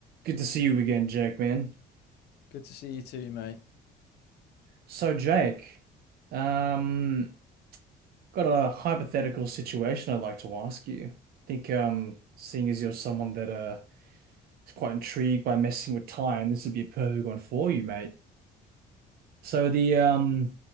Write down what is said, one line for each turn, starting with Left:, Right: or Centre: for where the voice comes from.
Right: Good to see you again, Jake, man.
Left: Good to see you too, mate.
Right: So, Jake, um, got a hypothetical situation I'd like to ask you. I think, um, seeing as you're someone that uh is quite intrigued by messing with time, this would be a perfect one for you, mate. So, the um